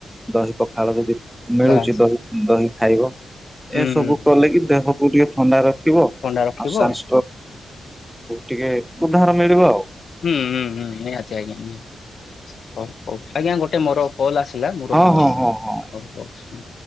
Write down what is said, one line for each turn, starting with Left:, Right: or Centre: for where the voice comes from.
Centre: ଦହି ପଖାଳ ଯଦି ମିଳୁଛି
Left: ବାସ୍
Centre: ଦହି ଦହି ଖାଇବ।
Left: ହୁଁ
Centre: ଏସବୁ କଲେ କିି ଦେହକୁ ଟିକେ ଥଣ୍ଡା ରଖିବ
Left: ଥଣ୍ଡା ରଖିବ
Centre: ଆଉ ଶାସ୍। ଟିକେ ଉଦ୍ଧାର ମିଳିବ ଆଉ
Left: ହୁଁ ହୁଁ ହୁଁ ନିହାତି ଆଜ୍ଞା ନିତି ହଉ ହଉ ଆଜ୍ଞା ଗୋଟେ ମୋର କଲ୍ ଆସିଲା ମୁଁ ରଖୁଛି
Centre: ହଁ ହଁ
Left: ହଉ
Centre: ହଁ ହଁ
Left: ହଉ